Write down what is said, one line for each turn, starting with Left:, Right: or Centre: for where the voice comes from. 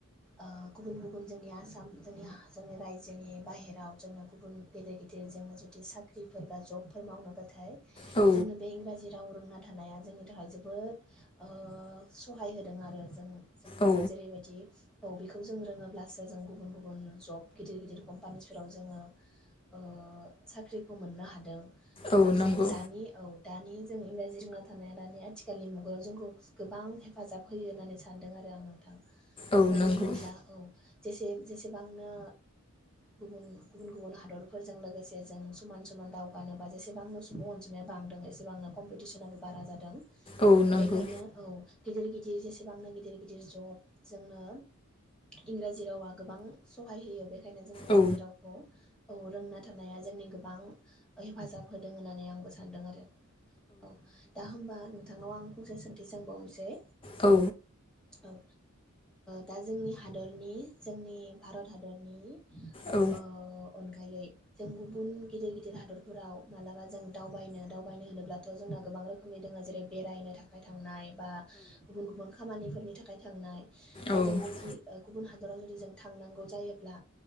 Centre: ओ गुबुन गुबुन जोंनि आसाम जोंनि जोंनि रायजोनि बाहेराव जोंनो गुबुन गेदिर गिदिर जोंनो जुदि साख्रिफोर बा जबफोर मावनोबाथाय
Left: औ
Centre: जोंनो बे इंराजि राव रोंना थानाया जोंनि थाखाय जोबोद ओ सहाय होदों आरो जों जों माने
Left: औ
Centre: जेरैबायदि औ बेखौ जों रोङोब्लासो जों गुबुन गुबुन गुबुन जब गिदिर गिदिर कम्पानिसफोराव जोङो ओ साख्रिखौ मोननो हादों।
Left: औ
Centre: बा जों
Left: नंगौ
Centre: दानि औ दानि जों इंराजि रिङा थानाय दानि आथिख आथिखालनि मुगायाव जोंखौ गोबां हेफाजाब होयो होननानै सानदों आरो आं नोंथां।
Left: औ
Centre: मानो
Left: नंगौ
Centre: होनोब्ला औ जसे जेसेबांनो गुबुन गुबुन गुबुन हादरफोरजों लोगोसे जों समान समान दावगानोबा जेसेबांनो सुबुं अनजिमाया बांदों एसेबांनो कम्पिटिसनाबो बारा जादों।
Left: औ नंगौ
Centre: बेखायनो औ गिदिर गिदिर जेसेबांनो गिदिर गिदिर जब जोंनो इंराजि रावा गोबां सहाय होयो बे ओंखायनो जों इंराजि
Left: औ
Centre: रावखौ औ रोंना थानाया जोंनि गोबां हेफाजाब होदों होननानै आंबो सानदों आरो औ दा होमबा औ आं फंसे सोंथि सोंबावनोसै
Left: औ
Centre: औ ओ दा जोंनि हादरनि जोंनि भारत हादरनि
Left: औ
Centre: ओ अनगायै जों गुबुन गिदिर गिदिर हादर फोराव मालाबा जों दावबायनो दावबायनो होनोब्लाथ' जोंना गोबां रोखोमनि दङ जेरै बेरायनो थाखाय थांनाय बा गुबुन गुबुन खामानिफोरनि थाखाय खाय थांनाय
Left: औ
Centre: ओ जों बिदि ओ गुबुन हादराव जुदि जों थांनांगौ जायोब्ला